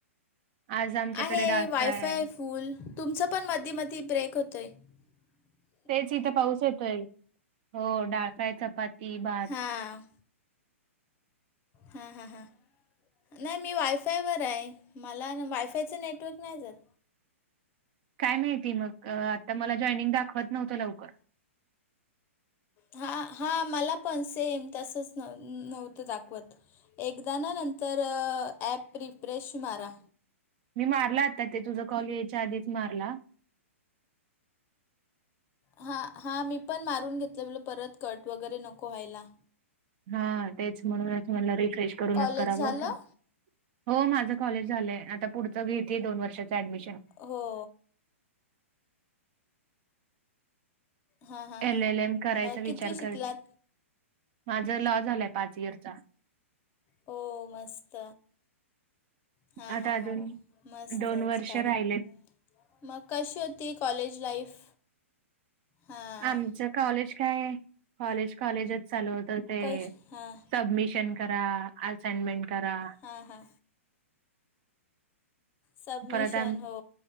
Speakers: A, on the right; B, on the left.
A: आज आमच्याकडे
B: आहे
A: डाळ
B: वायफाय
A: फ्राय आहे
B: फुल तुमचं पण मधी मधी ब्रेक होतोय. <inaudible>
A: तेच इथे पाऊस येतोय हो डाळफ्राय, चपाती, भात.
B: हां हा हा हा. नाही मी वायफायवर आहे मला वायफायचं नेटवर्क नाही जात.
A: काय माहिती मग आता मला जॉनिंग दाखवत नव्हतं लवकर.
B: हा हा मला पण स येम तसंच नव नव्हतं दाखवत. एकदा ना नंतर ॲप रिफ्रेश मारा.
A: मी मारला आता ते तुझा कॉल यायच्या आधीच मारला.
B: हा हा मी पण मारून घेतलंल परत कट वगैरे नको व्हायला.
A: हा तेच म्हणून तुम्हाला रिफ्रेश करूनच
B: कॉलेज
A: करावं
B: झालं
A: पण. हो माझ कॉलेज झालंय आता पुढच घेतय दोन वर्षाच ऍडमिशन.
B: हो. हां हां हां
A: एल एल एम करायचा
B: अ,
A: विचार
B: कितवी शिकलात
A: करते माझ लॉ झालाय पाच इयरचा.
B: हो मस्त. हा
A: आता
B: हा
A: अजून
B: हा मस्तच
A: दोन वर्ष
B: भारीक.
A: राहिले
B: मग कशी होती कॉलेज लाईफ? हां
A: आमचं कॉलेज काय कॉलेज कॉलेजच चालू होत ते.
B: कश हां
A: सबमिशन करा, असइनमेंट करा.
B: हा हा. सबमिशन
A: परत
B: हो